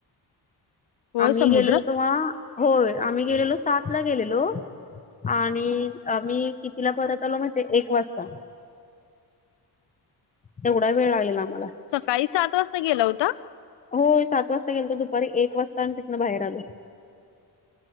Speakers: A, on the left; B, on the left.
A: होय
B: आम्ही
A: समुद्रात
B: गेलेलो तेव्हा होय आम्ही गेलेलो सात ला गेलेलो आणि मी कितीला परत आलो माहिजे एक वाजता तेवढा वेळ लागेल आम्हाला
A: सकाळी सात वाजता गेला होता.
B: हो सात वाजता गेल तरो दुपारी एक वाजता आणि तिकनं बाहेर आलो.